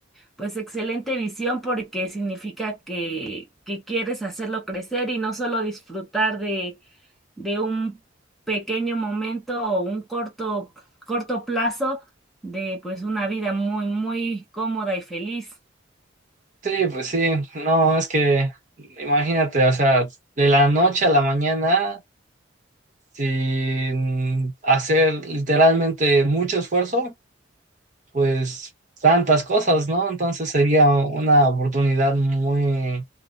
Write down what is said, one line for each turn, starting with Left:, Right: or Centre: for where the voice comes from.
Centre: pues excelente visión porque significa que, que quieres hacerlo crecer y no solo disfrutar de, de un pequeño momento o un corto, corto plazo de pues una vida muy, muy cómoda y feliz.
Right: Sí, pues sí, no, es que imagínate, o sea, de la noche a la mañana, sin hacer literalmente mucho esfuerzo, pues tantas cosas, ¿no? Entonces sería una oportunidad muy,